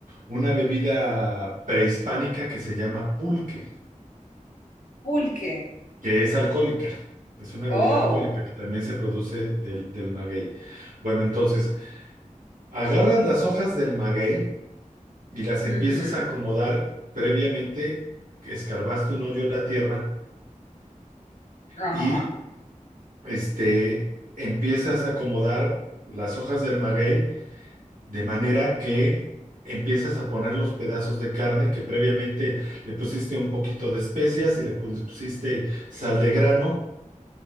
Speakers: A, on the right (about 85°); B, on the left (about 70°).
A: una bebida prehispánica que se llama pulque,
B: pulque.
A: que es alcohólica. Es una
B: Oh,
A: bebida alcohólica que también se produce del, del maguey. Bueno, entonces, agarras las hojas del maguey y las empiezas
B: ujú,
A: a acomodar previamente, escarbaste un hoyo en la tierra
B: Ajá,
A: y este, empiezas a acomodar las hojas del maguey de manera que empiezas a poner los pedazos de carne que previamente le pusiste un poquito de especias y le pus- pusiste sal de grano,